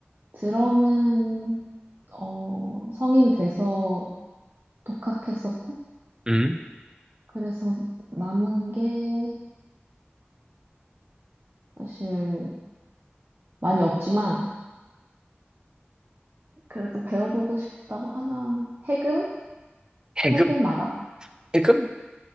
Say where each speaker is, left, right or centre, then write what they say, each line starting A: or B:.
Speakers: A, on the right; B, on the right.
A: 드럼은, 어, 성인 돼서 독학했었고,
B: 응?
A: 그래서 남은 게 사실 많이 없지만, 그래도 배워보고 싶다고 하면, 해금?
B: 해금?
A: 해금 알아?
B: 해금?